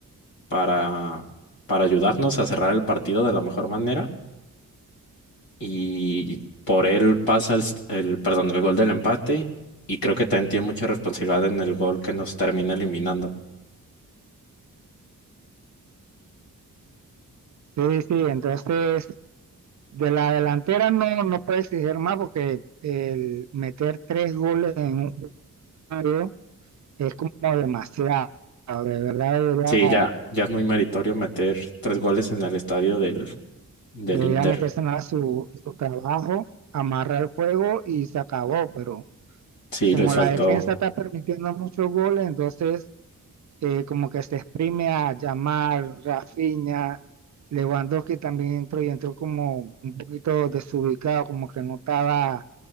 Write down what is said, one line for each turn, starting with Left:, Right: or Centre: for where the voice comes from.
Left: para, para ayudarnos a cerrar el partido de la mejor manera y por él pasa el, s- el, perdón, el gol del empate y creo que también tiene mucha responsabilidad en el gol que nos termina eliminando.
Right: Sí, sí, entonces de la delantera no, no puede exigir más porque el meter tres goles en un juego es como demasiado. De verdad debería,
Left: Sí, ya, ya es muy meritorio meter tres goles en el estadio del, del
Right: debería
Left: Inter.
Right: meterse en la- su, su trabajo, amarrar el juego y se acabó, pero
Left: Sí,
Right: como
Left: les
Right: la
Left: faltó.
Right: defensa está permitiendo muchos goles, entonces eh, como que se exprime a llamar Rafinha, Lewandowski también entró y entró como un poquito desubicado, como que no estaba,